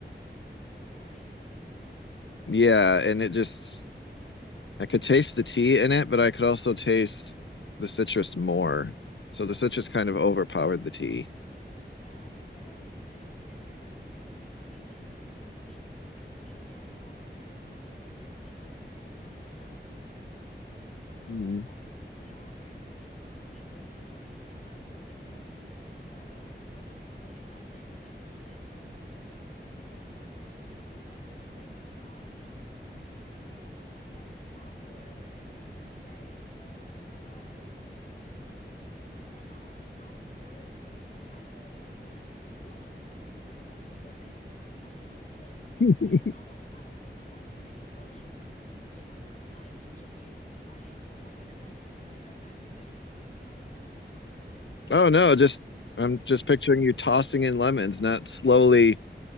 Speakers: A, on the left; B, on the left.
A: Too bright.
B: yeah, and it just, I could taste the tea in it, but I could also taste the citrus more. So the citrus kind of overpowered the tea.
A: Yeah, so when you're when you're using green tea, because green tea, yes, it has a very strong flavor, but it's also very delicate.
B: Mm.
A: Uh, you have to m- be restrained in how you mix it. So, like if I'm making it, for example, I use the same teapot and I'll boil it very low and slow and I'll I'll drizzle. I won't like be like huh, two cups of lemon. <laughs> I'm just
B: <laughs>
A: you know I'll <laughs> I'll drizzle and yeah, I can hear you. I I can imagine what you're imagining. <laughs>
B: Oh no, just, I'm just picturing you tossing in lemons, not slowly